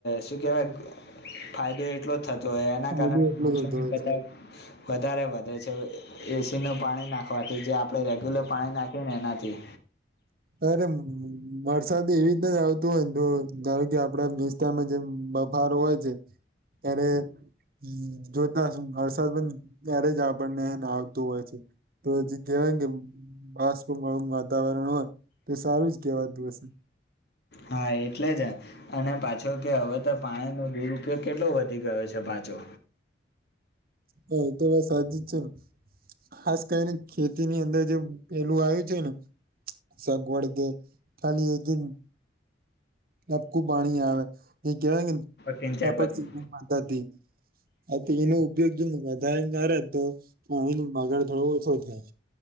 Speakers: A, on the left (about 60°); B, on the right (about 50°).
A: શું કહેવાય ફાયદો એટલો થતો હોય એના
B: ફાયદો
A: કારણે
B: એટલો
A: વૃક્ષો
B: થતો
A: ને
B: હોય
A: બધા
B: છે
A: વધારે વધે છે એસી નું પાણી નાખવાથી જે આ આપણે રેગ્યુલર પાણી નાખીએ ને એનાથી
B: <unintelligible> વરસાદ એવી રીતે જ આવતું હોય ને તો ધારો કે આપણા વિસ્તારમાં જે બફારો હોય છે ત્યારે હમ જોઈતા હસું વરસાદ પણ ત્યારે જ આપણને આવતું હોય છે તો જે કહેવાય કે બાષ્પ વાળું વાતાવરણ હોય તો સારું જ કેવાતું હશે
A: હા એટલે જ અને પાછો કે હવે તો પાણી નો દુરુપયોગ કેટલો વધી ગયો છે પાછો
B: હા એ તો વાત સાચી છે ને ખાસ કરીને ખેતી ની અંદર જે પેલું આવ્યું છે ને સગવડ તે ખાલી એક <unintelligible> ટપકું પાણી આવે કહેવાય ને
A: સિંચાઈ
B: ટપક
A: પદ્ધતિ
B: સિંચાઈ પદ્ધતિ હા તો એનો ઉપયોગ જો વધારે કરે તો પાણી નો બગાડ થોડો ઓછો થાય